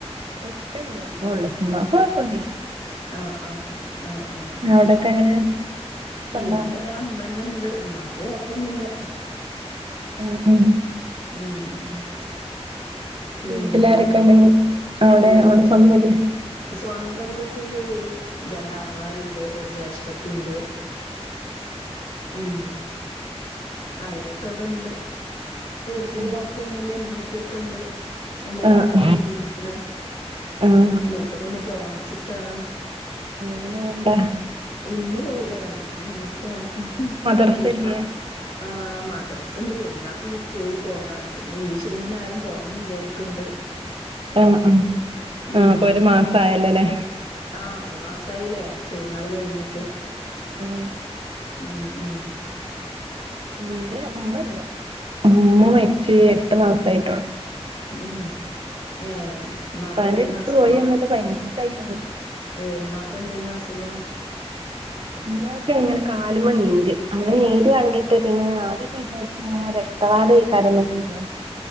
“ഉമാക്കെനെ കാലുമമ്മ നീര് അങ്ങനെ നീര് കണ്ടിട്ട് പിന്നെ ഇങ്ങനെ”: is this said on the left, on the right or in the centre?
Right